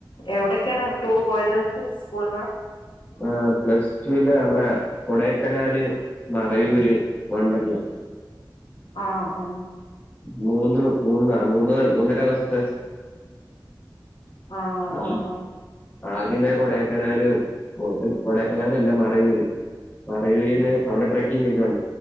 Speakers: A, on the left; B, on the left.
A: എവിടൊക്കെയാണ് ടൂർ പോയത് സ്കൂളിന്ന്
B: ആ പ്ലസ് ടുല് അവിടെ കൊടൈക്കനാല് മറയൂര് വണ്ടർല്ലാ
A: ആഹ് ആഹ്
B: മൂന്ന് മൂന്ന് മൂന്ന മൂന്നര ദിവസത്തെ-
A: ആഹ്
B: ആ
A: ആഹ് ആഹ്
B: ആദ്യമേ കൊടക്കനാല് കൊടക്കനാല എല്ലാം മറയൂര് മറയൂരിന്റെ അവിടെ ട്രക്കിങ് ഒക്കെ